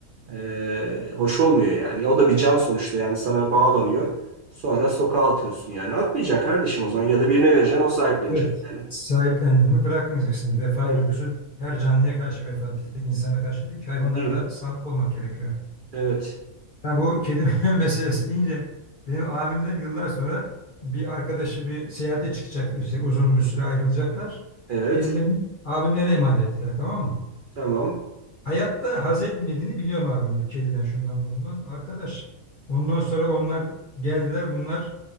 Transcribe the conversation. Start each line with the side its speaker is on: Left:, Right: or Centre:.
Right: E, hoş olmuyor yani. O da bir can sonuçta yani sana bağlanıyor. Sonra sokağa atıyorsun yani. Atmayacaksın kardeşim o zaman ya da birine vereceksin o sahiplenecek
Left: Evet.
Right: yani.
Left: Sahiplendin mi bırakmayacaksın. Vefa
Right: Evet,
Left: duygusu her canlıya karşı vefa. Bir tek insana karşı değil ki hayvanlara
Right: değil.
Left: da sadık olmak gerekiyor.
Right: Evet.
Left: Ya bu kedi <laughs> meselesi deyince benim abimler yıllar sonra bir arkadaşı bir seyahate çıkacak işte uzun bir süre ayrılacaklar.
Right: Evet.
Left: Kedilerini abimlere emanet ettiler tamam mı?
Right: Tamam.
Left: Hayatta haz etmediğini biliyorum abim bir kediden şundan bundan. Arkadaş ondan sonra onlar geldiler bunlar